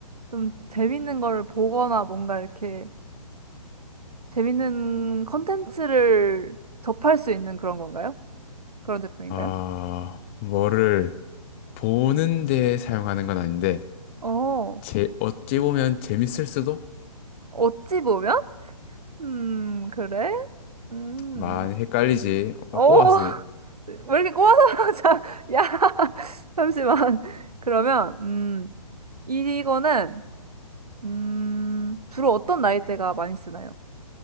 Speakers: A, on the right (about 80°); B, on the left (about 20°).
A: 좀 재밌는 거를 보거나 뭔가 이렇게 재밌는 컨텐츠를 접할 수 있는 그런 건가요? 그런 제품인가요?
B: 아, 뭐를 보는 데 사용하는 건 아닌데,
A: 어,
B: 제, 어찌 보면 재밌을 수도?
A: 어찌 보면? 음, 그래? 음,
B: 많이 헷갈리지. 어,
A: 어,
B: 꼬았어.
A: <laughs> 왜 이렇게 꼬아서, <laughs> 자, 야, <laughs> 잠시만. 그러면, 음, 이거는, 음, 주로 어떤 나이대가 많이 쓰나요?